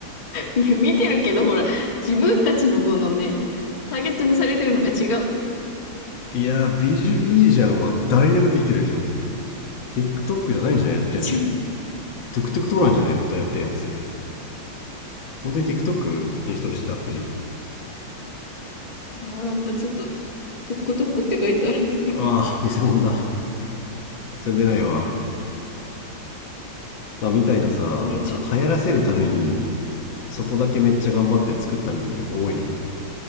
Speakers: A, on the left; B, on the left.
A: いや、見てるけど、ほら、自分たちのこのね、ターゲットにされてるのが違うんで、きっと。
B: いやー、ビジュいいじゃんは誰でもできてるでしょ。TikTok じゃないんじゃないやってんの。
A: ね、見ちゃう。
B: TikTok とかなんじゃない本当はやってるやつ。本当に TikTok インストールしてるアプリ。
A: あーなんかちょっと、トックトックって書いてあるんですね。
B: ああ、偽物だ。それ出ないわ。まあ、みたいなさ、
A: あれち、
B: なんか流行らせるために
A: うん。
B: そこだけめっちゃ頑張って作ったみたいな曲多いのよ。